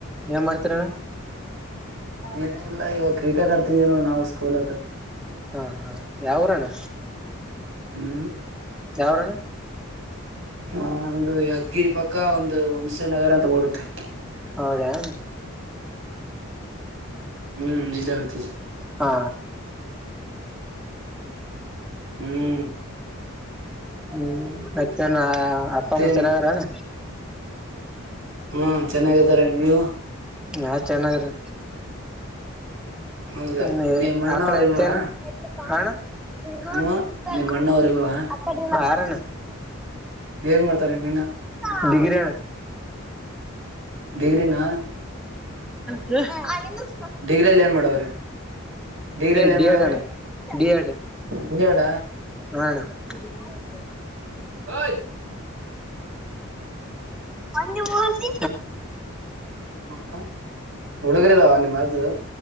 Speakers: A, in the centre; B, on the right (about 65°).
A: ಮಾಡ್ತೀರಣ್ಣ
B: ಏನಲ್ಲ ಇವಾಗ ಕ್ರಿಕೆಟ್ ಆರ್ತಿದೀನು ನಾವ್ ಸ್ಕೂಲ್ ಹತ್.
A: ಹಾ ಹಾ ಯಾವರಣ್ಣ.
B: ಹ್ಮ
A: ಯಾವ್ರಣ್ಣ
B: ಹ ನಮ್ದು ಯಾದ್ಗಿರಿ ಪಕ್ಕ ಒಂದು ಹುಂಸೆ ನಗರ ಅಂತ ಬರುತ್ತೆ
A: ಹೌದಣ
B: ಹ್ಮ್ ಜಿಲ್ಲೆ ಮಾಡತನಿ
A: ಹಾ
B: ಹ್ಮ್
A: ಹ್ಮ್ ಮತ್ತೆಾನ
B: ಮತ್ತೇನು
A: ಅಪ್ಪ ಅಮ್ಮ ಚೆನ್ನಾಗಾರಣ್ಣ
B: ಹ್ಮ ಚೆನ್ನಾಗದಾರ ನೀವು
A: ನಾ ಚೆನ್ನಾಗ್ರೀ
B: ಹೌದಾ
A: ನ
B: ನಿಮ್ ಅಣ್ಣ
A: ಆಕಳ
B: ಅವ್ರ
A: ಎತ್ತೇನ್
B: ಇಲ್ವಾ
A: ಹಣ ಹ
B: ಹ್ಮ
A: ಸಿಗ್ತ
B: ನಿಮ್ ಅಣ್ಣ ಅವ್ರ ಇಲ್ವಾ
A: ಅ ಕಾರ
B: ಏನ್ ಮಾಡ್ತಾರ ನಿಮ್ ಅಣ್ಣ
A: ಗ್ರಿ
B: ಡಿಗ್ರಿನ
A: ಹ
B: ಡಿಗ್ರಿ ಅಲ್ಲಿ ಏನ್ ಮಾಡವ್ರೆ ಡಿಗ್ರಿಯಲ್ಲಿ ಏನ್
A: ಡಿ
B: ಮಾಡವ್ರೆ
A: ಎಡ್ಣ ಡಿಎಡ್
B: ಬಿಜಾಡ
A: ಹ ಕುಡಿದತ
B: ಹ
A: ಅ ಮೂತಿ
B: ಹ ಹುಡುಗರದ ಅವ ನೀ ಮಾಡದು